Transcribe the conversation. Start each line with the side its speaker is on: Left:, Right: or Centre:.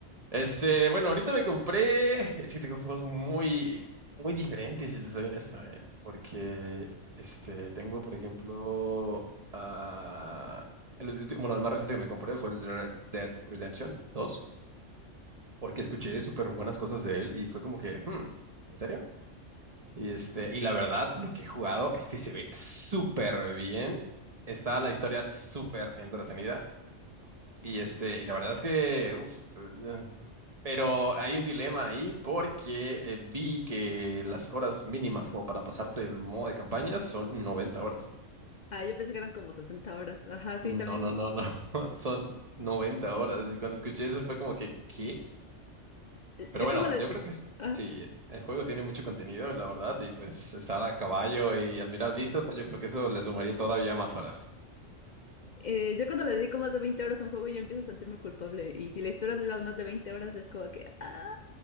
Right: Este, bueno, ahorita me compré. Es que tengo juegos muy, muy diferentes, si te soy honesto, ¿eh? Porque, este, tengo, por ejemplo, ah, el, ulti- bueno, el más reciente que me compré fue el de Red Dead Redemption 2, porque escuché súper buenas cosas de él y fue como que, hmm, ¿en serio? Y este, y la verdad, lo que he jugado es que se ve súper bien. Está la historia súper entretenida. Y este, y la verdad es que, uf, eh, pero hay un dilema ahí porque eh, vi que las horas mínimas como para pasarte el modo de campaña son 90 horas.
Left: Ah, yo pensé que eran como 60 horas. Ajá, sí,
Right: No,
Left: también.
Right: no, no, no, <laughs> son 90 horas. Y cuando escuché eso fue como que, ¿qué? Pero
Left: Yo
Right: bueno,
Left: cuando le...
Right: yo creo que es-
Left: ah,
Right: sí, el juego tiene mucho contenido, la verdad, y pues estar a caballo y admirar vistas, pues yo creo que eso le sumaría todavía más horas.
Left: eh, yo cuando le dedico más de 20 horas a un juego ya empiezo a sentirme culpable. Y si la historia dura más de 20 horas es como que... Ah,